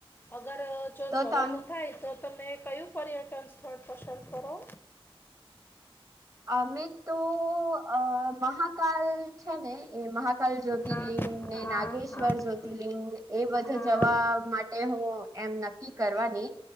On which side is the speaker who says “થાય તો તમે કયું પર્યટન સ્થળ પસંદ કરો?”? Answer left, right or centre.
Left